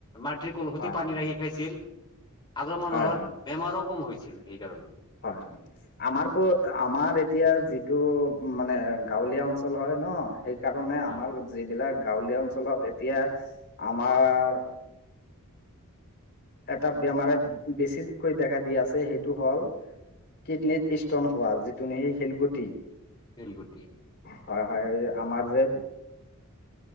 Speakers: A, on the left; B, on the left.
A: মাটিৰ কলহতে
B: হয়
A: পানী
B: হয়
A: ৰাখি খাইছিল। আগৰ মানুহৰ
B: হয়
A: বেমাৰো কম হৈছিল সেইকাৰণে।
B: হয় হয়। আমাৰ ক আমাৰ এতিয়া যিটো মানে গাঁৱলীয়া অঞ্চল হয় ন সেই কাৰণে
A: হয়
B: আমাৰ যিবিলাক গাঁৱলীয়া অঞ্চলত এতিয়া আমাৰ এটা বেমাৰে বেছি কৈ দেখা দি আছে সেইটো হ'ল কিডনীত ষ্টন হোৱা যিটো নেকি শিলগুটি।
A: শিলগুটি।
B: হয় হয় এই আমাৰ যে